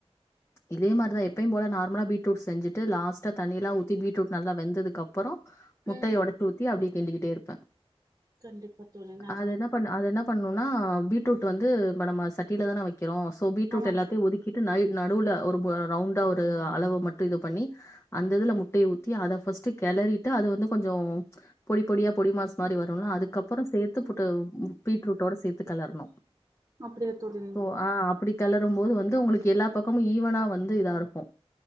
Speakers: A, on the left; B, on the right.
A: இதே மாரிதா எப்பேயு போல நார்மல பீட்ரூட் செஞ்சு ட்டு லாஸ்ட தண்ணில்லா ஊத்தி பீடரூட் நல்லா வெந்ததுகப் புறோ முட்டைய
B: ம்
A: ஒடத் ஊத்தி அப்டி கிண்டிக்கிட்டே இருப்பே
B: கண்டிப்பா தோழி நல்லா
A: அது
B: இருக்கு
A: இன்னா பண் அது இன்னா பண் னொனா பீட்ரூட் வந்து ப்ப நம்ம சட்டியில தானே வை கிரோ சோ பீ்ட்ரூட்
B: ஆமா
A: எல்லத்தியு
B: தோ
A: ஒதுக்கிட்டு <unintelligible> நடுவுல ஒரு மோ ரவுண்டா ஒரு அளவு மட்டு இது பண்ணி அந்ததுல முட்டேய ஊத்தி அத ஃபஸ்டு கெளறிட்டு அது வந்து கொஞ்சோ பொடி பொடியா பொடி மாஸ் மாரி வருலா அதுக்கப்புறோ சேர்த்து போட்டு ஓ ம் பீட்ரூட்டோட சேத்து கெளர்ணு
B: அப்டியா தோழி
A: சோ அ அப்பிடி கெலர் ரும்போது வந்து உங்களுக்கு எல்லா பக்கமு ஈவனா வந்து இதாரு கு